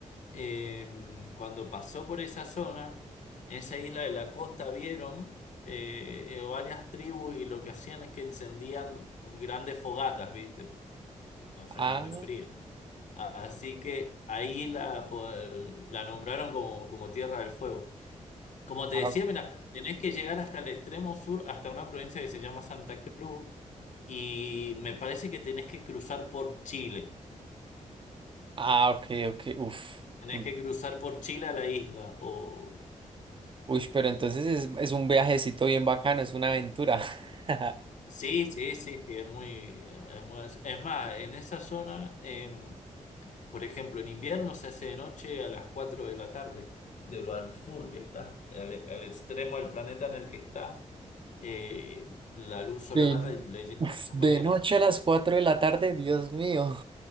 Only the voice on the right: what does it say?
ah.
Ah,
ah, ok, ok, uf.
Mm,
Uy, pero entonces es, es un viajecito bien bacano, es una aventura. <laughs>
De,
uf,
de
noche a las 4 de la tarde, Dios mío.